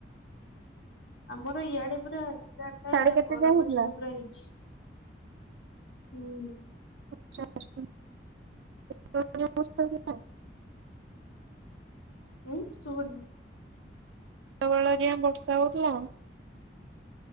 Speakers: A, on the left; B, on the right.
A: ଆମର ଇଆଡେ ପୁରା ଏଗାରଟା
B: ସାଢେ କେତେ
A: ପର
B: ଯାଏ ହେଇଥିଲା?
A: ପର୍ଯ୍ୟନ୍ତ ପୁରା ହେଇଚି। ହୁଁ।
B: <unintelligible>
A: ହୁଁ ଶୁବୁନି।
B: ସେତବେଳେ ଯାଏଁ ବର୍ଷା ହଉଥିଲା।